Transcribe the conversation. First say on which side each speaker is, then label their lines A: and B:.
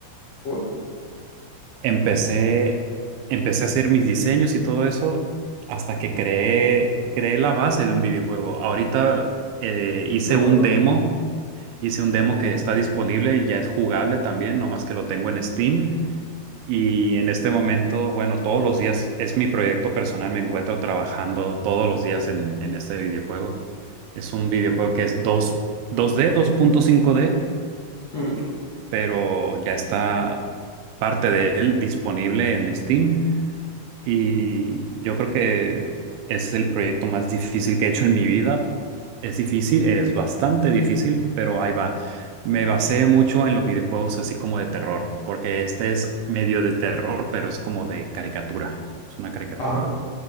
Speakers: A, on the left; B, on the right.
A: Uy,
B: Empecé, empecé a hacer mis diseños y todo eso hasta que creé, creé la base de un videojuego. Ahorita eh, hice
A: qué bueno.
B: un demo, hice un demo que está disponible y ya es jugable también, nomás que lo tengo en Steam. Y en este momento, bueno, todos los días es mi proyecto personal, me encuentro trabajando todos los días en, en este videojuego. Es un videojuego que es dos dos d dos punto cinco d
A: mm.
B: pero ya está parte de él disponible en Steam. Y yo creo que es el proyecto más difícil que he hecho en mi vida. Es difícil, es bastante difícil, pero ahí va. Me basé mucho en los videojuegos así como de terror, porque este es medio de terror, pero es como de caricatura. Es una caricatura.
A: Ah,